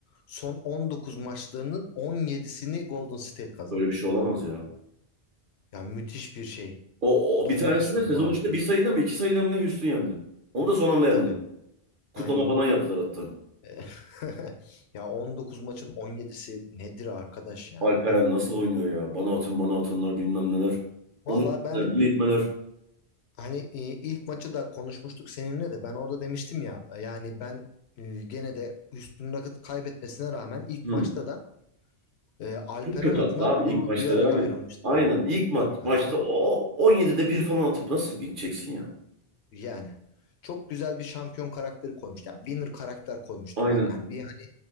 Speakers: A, on the left; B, on the right.
A: son 19 maçlarının 17'sini Golden State kazanmış.
B: böyle bir şey olamaz ya.
A: Yani müthiş bir şey.
B: O, o
A: Dominasyon
B: bir tanesinde sezon
A: vardı.
B: içinde bir sayıda mı iki sayıda mı ne Houston yendi. Onu da son anda yendi.
A: Tabii,
B: Kutlama
A: aynen.
B: falan yaptılar hatta.
A: E, <laughs> Ya 19 maçın 17'si nedir arkadaş yani?
B: Alperen nasıl oynuyor ya? Bana atın bana atınlar bilmem neler.
A: Valla
B: Onu itmeler
A: ben
B: bunu
A: dü-
B: itmeler.
A: Hani e, ilk maçı da konuşmuştuk seninle de ben orada demiştim ya yani ben e, gene de Houston Rockets kaybetmesine rağmen ilk
B: Hı.
A: maçta da e, Alperen
B: Çok kötü
A: adına
B: hatta abi
A: gurur
B: ilk maçta
A: duyarak
B: yani.
A: ayrılmıştım
B: Aynen
A: ben
B: ilk ma-
A: ilk maçta.
B: maçta o, o 17'de bir falan atıp nasıl gideceksin ya?
A: Yani çok güzel bir şampiyon karakteri koymuş. Yani winner karakter koymuştu
B: Aynen.
A: böyle. Yani bir hani